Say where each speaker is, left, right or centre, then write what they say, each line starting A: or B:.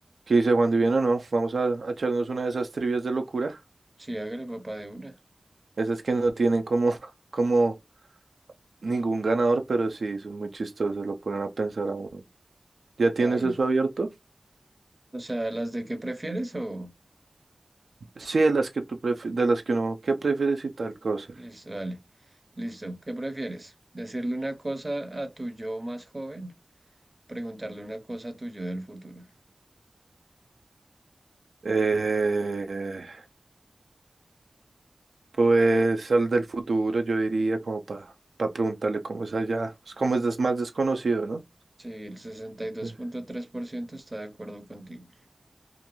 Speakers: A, on the right; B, on the right.
A: ¿Qué dice Juan Divino? No, vamos a, a echarnos una de esas trivias de locura.
B: Sí, hágale papá de una.
A: Esas que no tienen como, <laughs> como ningún ganador, pero sí, son muy chistosas, lo ponen a pensar a uno. ¿Ya tienes
B: Haga.
A: eso abierto?
B: O sea, las de qué prefieres o...
A: Sí, de las que tú prefieres, de las que uno, ¿qué prefieres y tal cosa?
B: Listo, dale. Listo. ¿Qué prefieres? ¿Decirle una cosa a tu yo más joven? Preguntarle una cosa a tu yo del futuro.
A: Eh, pues al del futuro, yo diría, como para preguntarle cómo es allá, pues, cómo es des- más desconocido, ¿no?
B: Sí, el sesenta y dos
A: Eh,
B: punto tres por ciento está de acuerdo contigo.